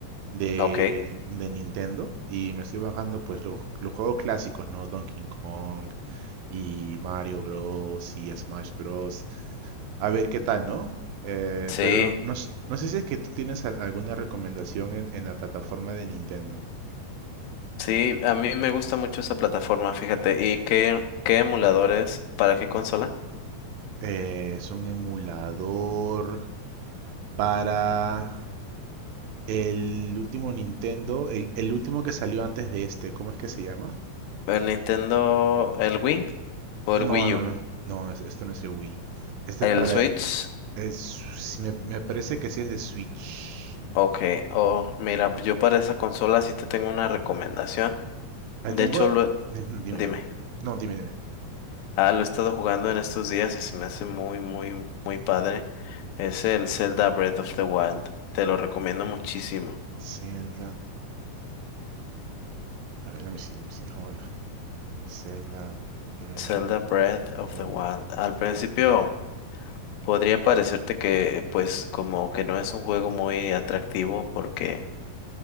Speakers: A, on the right; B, on the left.
A: de,
B: Ok,
A: de Nintendo y me estoy bajando pues los, los juegos clásicos, ¿no? Donkey Kong y Mario Bros. y Smash Bros. A ver qué tal, ¿no? Eh,
B: sí,
A: pero no, s- no sé si es que tú tienes al- alguna recomendación en, en la plataforma de Nintendo.
B: sí, a mí me gusta mucho esa plataforma, fíjate. ¿Y qué, qué emuladores para qué consola?
A: Eh, es un emulador para el último Nintendo, el, el último que salió antes de este, ¿cómo es que se llama?
B: ¿El Nintendo, el Wii o el
A: No,
B: Wii
A: no,
B: U?
A: no, no, es- esto no es el Wii. Este
B: ¿El
A: es para...
B: Switch?
A: es- si me, me parece que sí es de Switch.
B: Ok, oh, mira, yo para esa consola sí te tengo una recomendación.
A: Ah,
B: De
A: tengo...
B: hecho, lo,
A: Dime, dime.
B: dime,
A: No, dime, dime.
B: ah, lo he estado jugando en estos días y se me hace muy, muy, muy padre. Es el Zelda Breath of the Wild. Te lo recomiendo muchísimo.
A: Zelda... A ver, let me see, let me see, déjame ver. Zelda Breath
B: Zelda Breath of
A: Hasta
B: the
A: ahora.
B: Wild. Al principio podría parecerte que pues como que no es un juego muy atractivo porque